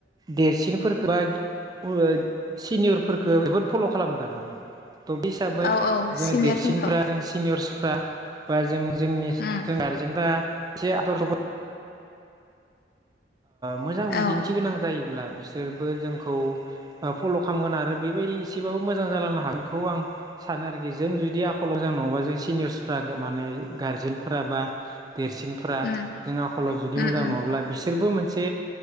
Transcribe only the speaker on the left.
औ औ
सिनियरफोरखौ
उम
औ
उम
उम
उम